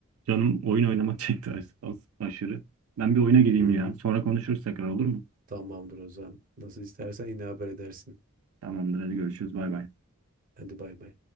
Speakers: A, on the right; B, on the right.
A: canım oyun oynamak çekti aş- aş- <laughs> aşırı. Ben bir oyuna gireyim
B: Hı hı.
A: ya. Sonra konuşuruz tekrar olur mu?
B: Tamamdır o zaman. Nasıl istersen yine haber edersin.
A: Tamamdır hadi görüşürüz bay bay.
B: Hadi bay bay.